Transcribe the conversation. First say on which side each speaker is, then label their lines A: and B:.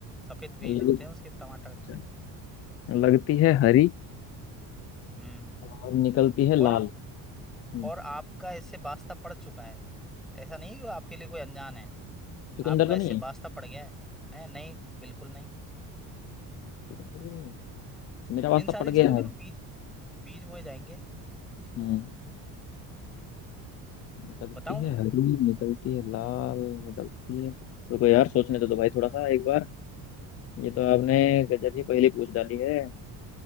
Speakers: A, in the centre; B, on the left.
A: सफेद बीज
B: लग,
A: होते हैं उसके टमाटर
B: अच्छा,
A: के
B: लगती है हरी
A: हम्म
B: और निकलती है लाल
A: और
B: हम्म
A: और आपका इससे वास्ता पड़ चुका है ऐसा नहीं है कि वो आपके लिए कोई अनजान है
B: चुकंदर
A: आपका
B: तो
A: इससे
B: नहीं
A: वास्ता
B: है
A: पड़ गया है, है नहीं बिल्कुल नहीं
B: चुकंदर भी नहीं है मेरा वास्ता
A: इन सारी
B: पड़ गया
A: चीजों
B: है
A: के तो बीज बीज बोए जाएंगे
B: हम्म निकलती
A: बताऊं
B: है हरी निकलती है लाल निकलती है रुको यार सोचने तो दो भाई थोड़ा सा एक बार ये तो आपने गजब ही पहले पूछ डाली है